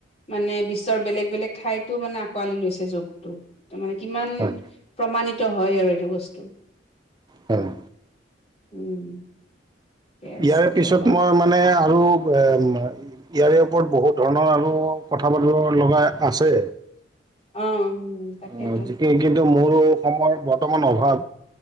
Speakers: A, on the left; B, on the right.
A: মানে বিশ্বৰ বেলেগ বেলেগ ঠাইতো মানে আঁকোৱালি লৈছে যোকটো। ত' মানে কিমান
B: হয়
A: প্ৰমাণিত হয় আৰু এইটো বস্তু।
B: হয়
A: উম। আছে
B: ইয়াৰে
A: বাৰু
B: পিছত মই মানে আৰু এ, ইয়াৰে ওপৰত বহুত ধৰণৰ আৰু ক-কথা বতত লগাই আছে।
A: অ'। তাকেতো
B: অ' যেতিয়া কিন্তু মোৰ সময়ৰ বৰ্তমান অভাৱ।